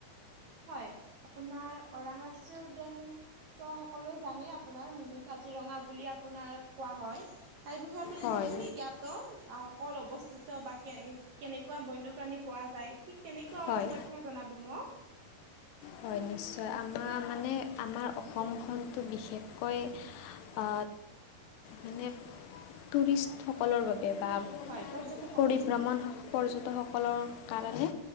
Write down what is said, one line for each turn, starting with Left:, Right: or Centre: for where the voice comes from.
Right: হয়, আপোনাৰ অৰাং ৰাষ্ট্ৰীয় উদ্যান ত' সকলোৱে জানে আপোনাৰ মিনি কাজিৰঙা বুলি আপোনাৰ কোৱা হয়, তাৰ বিষয়ে আপুনি
Left: হয়
Right: যিখিনি জ্ঞাত ত' আ, ক'ত অৱস্থিত বা কে-কেনেকুৱা বন্যপ্ৰাণী পোৱা যায় ঠিক তেনেকুৱা
Left: হয়
Right: অলপ তথ্য জনাব মোক।
Left: হয় নিশ্চয়, আমাৰ মানে আমাৰ অসমখনতো বিশেষকৈ আ, মানে টুৰিষ্টসকলৰ বাবে বা
Right: হয়, পৰ্যটকসকলৰ
Left: পৰিভ্ৰমণ
Right: বাবে হয়,
Left: পৰ্যটকসকলৰ কাৰণে